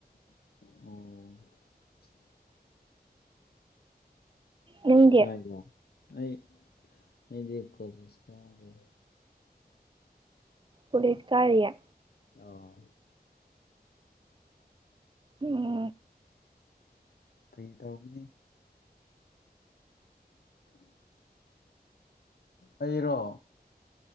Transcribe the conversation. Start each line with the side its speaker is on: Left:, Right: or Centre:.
Left: ꯑꯣ
Right: ꯅꯪꯗꯤ
Left: ꯀꯥꯏꯗ ꯑꯩ ꯑꯩꯗꯤ ꯀꯣꯂꯦꯖ ꯀꯥꯗꯔꯦ
Right: ꯀꯣꯂꯦꯖ ꯀꯥꯔꯤꯌꯦ
Left: ꯑꯥꯎ
Right: ꯎꯝ
Left: ꯐꯥꯒꯤ ꯇꯧꯕꯅꯦ ꯑꯩꯔꯣ